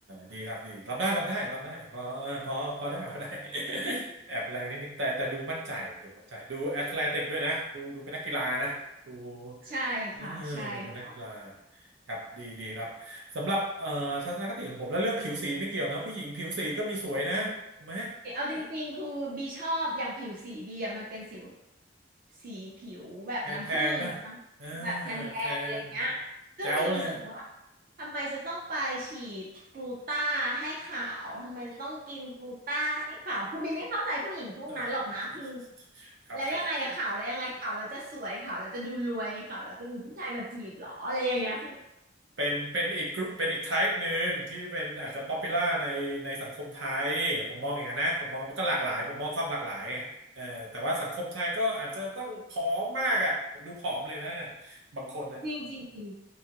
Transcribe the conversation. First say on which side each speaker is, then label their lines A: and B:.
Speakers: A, on the right (about 85°); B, on the right (about 50°).
A: ดีครับดีรับได้รับได้รับได้พอเออพอพอได้ <laughs> พอได้ <laughs> แอบแรงนิดนึงแต่แต่ดูมั่นใจดูมั่นใจดูแอตเลติกด้วยนะดูดูเป็นนักกีฬานะดู
B: ใช่ค่ะใช่ค่ะ
A: เออดูเป็นนักกีฬาครับดีดีครับสำหรับเอ่อทัศนคติของผมแล้วเรื่องผิวสีไม่เกี่ยวนะผู้หญิงผิวสีก็มีสวยนะถูกไหม
B: เอาจริงๆคือบีชอบอย่างผิวสีบีอะมันเป็นสิวสีผิวแบบน้ำผึ้งแบบน้ำแบบแทนแทนอะไรเงี้ย
A: แทนแทนนะเออแทน
B: ซึ่งบีรู้สึกว่า
A: แจ๋วเลย
B: ทำไมจะต้องไปฉีดกลูต้าให้ขาวทำไมจะต้องกินกลูต้าให้ขาวคือบีไม่เข้าใจผู้หญิงพวกนั้นหรอกนะคือ
A: <laughs> ครับครับ
B: แล้วยังไงขาวแล้วยังไงขาวแล้วจะสวยขาวแล้วจะดูรวยขาวแล้วจะมีผู้ชายมาจีบเหรออะไรอย่างเงี้ย
A: เป็นเป็นอีกกรุ๊ปเป็นอีก type หนึ่งที่เป็นอาจจะ popular ในในสังคมไทยผมมองอย่างนั้นนะผมมองมันก็หลากหลายผมมองความหลากหลายไงเออแต่ว่าสังคมไทยก็อาจจะต้องผอมมากอ่ะผมดูผอมเลยนะเนี่ยบางคนเนี่ย
B: จริงจริงจริง